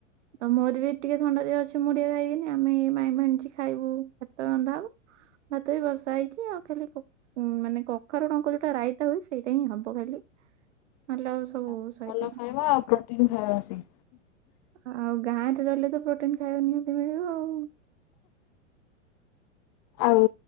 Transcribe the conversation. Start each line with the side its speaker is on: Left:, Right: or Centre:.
Right: ତ ମୋର ବି ଟିକେ ଥଣ୍ଡା ଦିହ ଅଛି। ମୁ ଟିକେ ଖାଇବିନି ଆମେ ମାଇଁ ଭାଣିଜୀ ଖାଇବୁ ଭାତ ରନ୍ଧା ହବ ଭାତ ବି ବସା ହେଇଛି। ଆଉ ଖାଲି କ ମାନେ କଖାରୁ ଡଙ୍କ ଯୋଉଟା ରାଇତା ହୁଏ ସେଇଟା ହିଁ ହବ ଖାଲି। ନହେଲେ ଆଉ
Left: ଆଛା
Right: ସବୁ ସଇଲାଣି
Left: ଭଲ ଖାଇବା ଆଉ ପ୍ରୋଟିନ ଖାଇବା ସେ
Right: ଆଉ ଗାଁରେ ରହିଲେ ତ ପ୍ରୋଟିନ ଖାଇବା ନିହାତି ମିଳିବ ଆଉ।
Left: ଆଉ